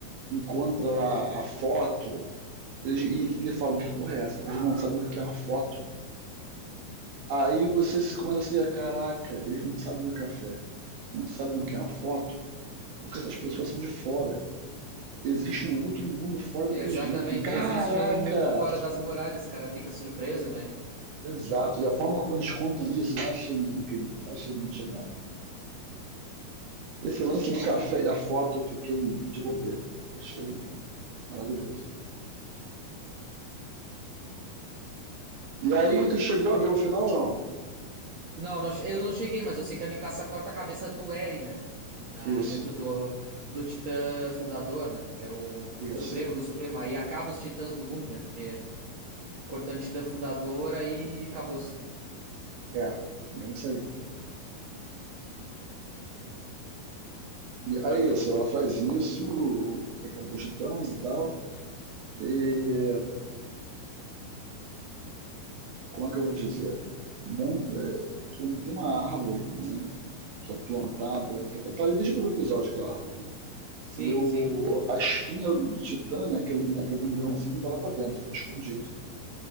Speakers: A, on the right; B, on the right.
A: encontra lá a foto. Eles, e eles falam que porra é essa? Que eles não sabem o que é uma foto. Aí você se começa a se dizer, caraca, eles não sabem o que é café. Não sabem o que é uma foto, porque essas pessoas são de fora. Existe um outro mundo fora
B: exatamente.
A: do que eles vivem. Caraca!
B: Existe o mundo fora das muralhas, o cara fica surpreso, né?
A: Exato. E a forma como eles contam isso, eu achei incrível. Eu achei muito genial. Esse lance do café e da foto, eu fiquei de bobeira. Eu achei maravilhoso. E aí, tu chegou a ver o final ou não?
B: Não, não che- eu não cheguei, mas eu sei que a Mikasa corta a cabeça do Eren, né? Na,
A: Isso,
B: dentro do, do Titã Fundador, né? Que é o
A: isso.
B: Supremo do Supremo. Aí acaba os Titãs do mundo, né? Porque cortante da fundadora e acabou-se.
A: É, bem isso aí. E aí é isso, ela faz isso, acabou os titãs e tal. E como é que eu vou dizer? Mon- é, um- tem uma árvore, né? Que é plantada, que tá, tá ali desde o primeiro episódio, aquela árvore, né?
B: Sim,
A: E o,
B: sim.
A: a espinha do Titã, né, aquele, né, aquele embriãozinho, vai lá pra dentro, fica escondido.